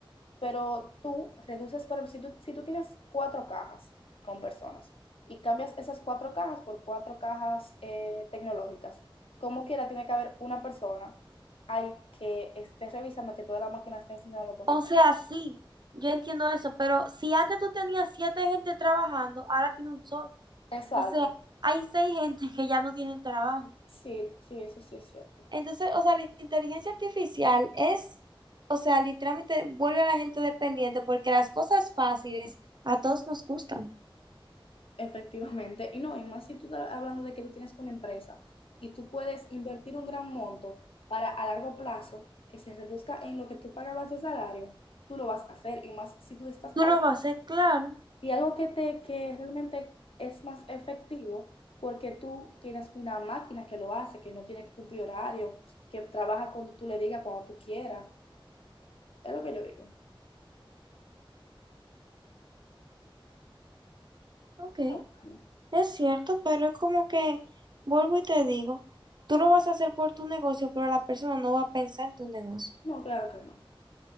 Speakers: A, on the left; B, on the right.
A: pero tú reduces para, si tú, si tú tienes cuatro cajas con personas y cambias esas cuatro cajas por cuatro cajas eh, tecnológicas, como quiera tiene que haber una persona ahí que esté revisando que todas las máquinas estén funcionando correctamente.
B: O sea, sí, yo entiendo eso, pero si antes tú tenías siete gente trabajando, ahora tiene un solo.
A: Exacto.
B: O sea, hay seis gente que ya no tienen trabajo.
A: Sí, sí, eso sí es cierto.
B: Entonces, o sea, la inteligencia artificial es, o sea, literalmente vuelve a la gente dependiente porque las cosas fáciles a todos nos gustan.
A: Efectivamente. Y no, y más si tú estás hablando de que tú tienes una empresa y tú puedes invertir un gran monto para a largo plazo que se reduzca en lo que tú pagabas de salario, tú lo vas a hacer. Y más si tú estás
B: Tú
A: hablando
B: lo vas a hacer, claro.
A: Y algo que, te, que realmente es más efectivo porque tú tienes una máquina que lo hace, que no tiene que cumplir horario, que trabaja cuando tú le digas, cuando tú quieras. Es lo que yo digo.
B: Ok.
A: Pero bueno,
B: Es cierto, pero es como que, vuelvo y te digo, tú lo vas a hacer por tu negocio, pero la persona no va a pensar en tu negocio.
A: no, claro que no.